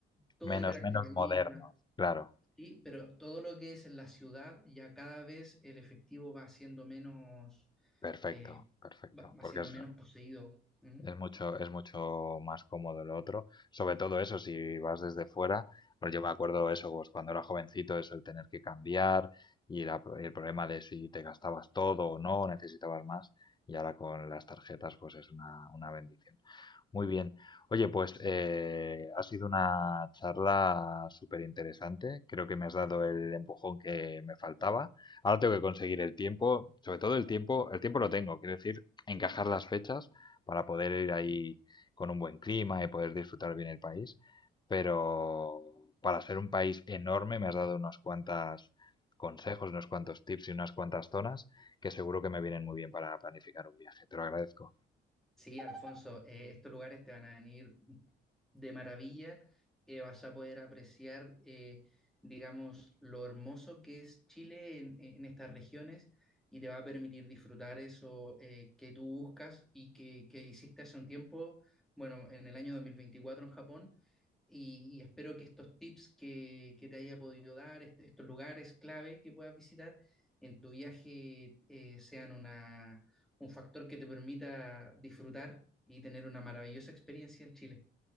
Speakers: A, in the centre; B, on the left.
A: todo
B: Menos,
A: de carácter
B: menos
A: agrícola,
B: moderno. Claro.
A: ¿sí? Pero todo lo que es en la ciudad, ya cada vez el efectivo va siendo menos,
B: Perfecto,
A: eh,
B: perfecto.
A: va, va
B: Porque
A: siendo
B: es,
A: menos poseído. ¿Mm?
B: Es mucho, es mucho más cómodo lo otro. Sobre todo eso, si vas desde fuera. Bueno, yo me acuerdo eso, pues cuando era jovencito, eso, el tener que cambiar y la- el problema de si te gastabas todo o no, necesitabas más. Y ahora con las tarjetas, pues es una, una bendición. Muy bien. Oye, pues eh, ha sido una charla súper interesante. Creo que me has dado el empujón que me faltaba. Ahora tengo que conseguir el tiempo, sobre todo el tiempo, el tiempo lo tengo, quiero decir, encajar las fechas para poder ir ahí con un buen clima y poder disfrutar bien el país. Pero para ser un país enorme me has dado unos cuantos consejos, unos cuantos tips y unas cuantas zonas que seguro que me vienen muy bien para planificar un viaje. Te lo agradezco.
A: Sí, Alfonso, eh, estos lugares te van a venir de maravilla. eh, vas a poder apreciar, eh, digamos, lo hermoso que es Chile en, en estas regiones y te va a permitir disfrutar eso eh, que tú buscas y que, que hiciste hace un tiempo, bueno, en el año 2024 en Japón. Y, y espero que estos tips que, que te haya podido dar, est- estos lugares clave que puedas visitar en tu viaje, eh, sean una un factor que te permita disfrutar y tener una maravillosa experiencia en Chile.